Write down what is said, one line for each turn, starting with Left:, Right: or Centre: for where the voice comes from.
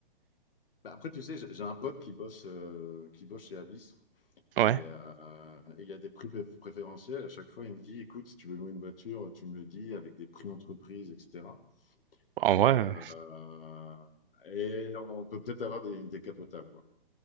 Left: bah, après, tu sais, j'ai j'ai un pote qui bosse, euh, qui bosse chez Avis.
Right: ouais.
Left: Et euh, et il y a des prix préf- préférentiels. À chaque fois, il me dit, écoute, si tu veux louer une voiture, tu me le dis avec des prix entreprises, etc.
Right: En
Left: Et,
Right: vrai,
Left: euh,
Right: euh,
Left: et on peut peut-être avoir des, des capotables, quoi.